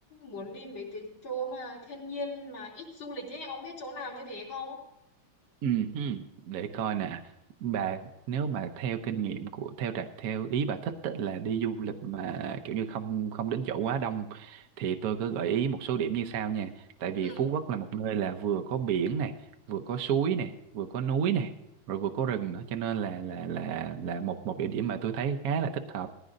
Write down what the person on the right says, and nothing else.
Ừ, hừ, để coi nè bà nếu mà theo kinh nghiệm của theo trạ- theo ý bà thích á, là đi du lịch mà kiểu như không không đến chỗ quá đông thì tôi có gợi ý một số điểm như sau nha tại vì
Phú Quốc là một nơi là vừa có biển này vừa có suối này vừa có núi này rồi vừa có rừng nữa cho nên là là là là một một địa điểm mà tôi thấy khá là thích hợp